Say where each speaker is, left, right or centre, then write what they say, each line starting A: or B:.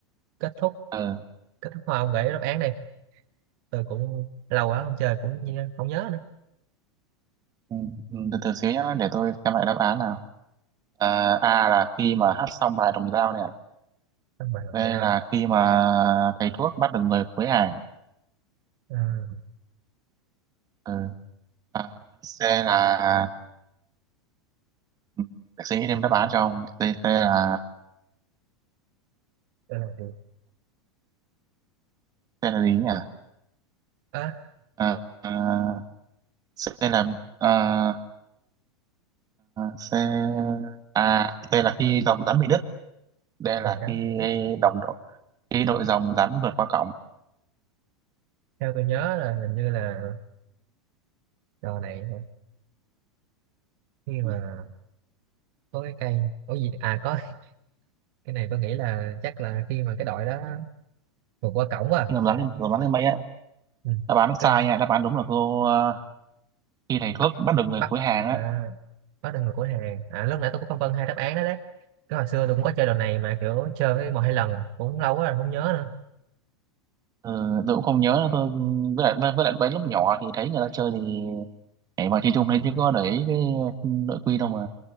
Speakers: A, on the right (about 50°); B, on the right (about 25°).
A: kết thúc
B: Ừ.
A: kết thúc thôi ông gửi đáp án đi tôi cũng lâu quá không chơi cũng như- không nhớ nữa
B: Ừ, ừ, từ từ xíu nhá để tôi xem lại đáp án nào à, A là khi mà hát xong bài đồng dao nè
A: Xong bài đồng
B: B là
A: dao
B: khi mà thầy thuốc bắt được người cuối hàng
A: à,
B: ừ. à, C là ừ, để suy nghĩ thêm đáp án cho ông C, C là
A: tôi làm gì
B: C là gì nhỉ
A: à,
B: à, à, C là à, C à C là khi dòng rắn bị đứt D là
A: trồng trắng
B: khi
A: thì đất.
B: đồng đội khi đội dòng rắn vượt qua cổng
A: theo tôi nhớ là hình như là trò này hả? khi mà
B: Ừ,
A: có cái cây có gì à có <laughs> cái này tôi nghĩ là chắc là khi mà cái đội đó vượt qua cổng quá
B: khi dòng rắn lên dòng rắn lên mây á
A: ừ.
B: đáp án nó
A: cái,
B: sai nha đáp án đúng là cô ờ, khi thầy thuốc
A: bắt
B: bắt được người
A: bắt
B: cuối hàng
A: à,
B: á
A: bắt được người của hàng à lúc nãy tôi cũng phân vân hai đáp án đó đấy cái hồi xưa tôi cũng có chơi đồ này mà kiểu chơi với một hai lần à, cũng lâu quá rồi không nhớ nữa
B: Ờ, tôi cũng không nhớ nữa tôi với lại với, với lại mấy lúc nhỏ thì thấy người ta chơi thì nhảy vào chơi chung đấy chứ có để ý cái nội quy đâu mà